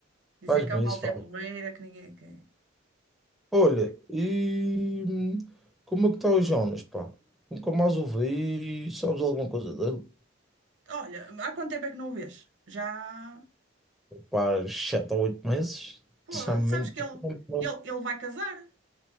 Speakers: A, on the right; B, in the centre.
A: dizer
B: faz-me
A: que a malta
B: isso, faz
A: é porreira, que ninguém. Que...
B: Olha, e hum, como é que está o Jonas, pá? Nunca mais ouvi, sabes alguma coisa dele?
A: Olha, há quanto tempo é que não o vês? Já.
B: Pá, 7 ou 8 meses,
A: Pô,
B: sabe
A: sabes
B: muito
A: que ele,
B: tempo.
A: ele, ele vai casar?